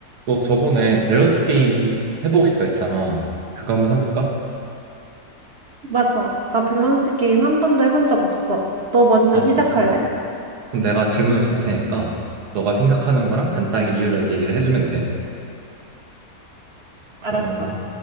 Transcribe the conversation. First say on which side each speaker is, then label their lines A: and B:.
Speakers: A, on the right (about 85°); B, on the right (about 55°).
A: 너 저번에 밸런스 게임 해보고 싶다 했잖아. 그거 한번 해볼까?
B: 맞아. 나 밸런스 게임 한 번도 해본 적 없어. 너 먼저
A: 아,
B: 시작할래?
A: 진짜? 그럼 내가 질문을 줄 테니까 너가 생각하는 거랑 간단하게 이유를 얘기를 해주면 돼. 그러면은,
B: 알았어.